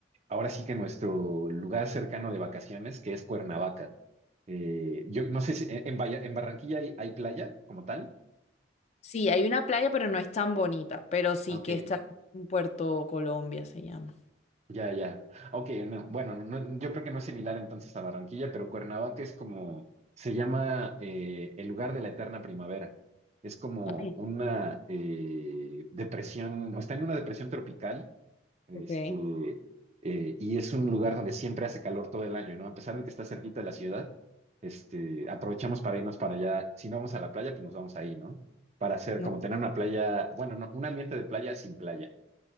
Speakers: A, on the right; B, on the left.
A: ahora sí que nuestro lugar cercano de vacaciones, que es Cuernavaca. Eh, yo no sé si en, en Valla- en Barranquilla hay, hay playa como tal.
B: Sí, hay una playa, pero no es tan bonita, pero sí
A: aunque
B: que está en Puerto Colombia, se llama.
A: ya, ya. Ok, no, bueno, no- yo creo que no es similar entonces a Barranquilla, pero Cuernavaca es como, se llama eh, el lugar de la eterna primavera. Es como
B: Ay,
A: una eh, depresión, o está en una depresión tropical Este,
B: ok.
A: eh, y es un lugar donde siempre hace calor todo el año, ¿no? A pesar de que está cerquita de la ciudad, este, aprovechamos para irnos para allá. Si no vamos a la playa, pues nos vamos ahí, ¿no? Para hacer
B: Muy-
A: como tener una playa, bueno, no, un ambiente de playa sin playa.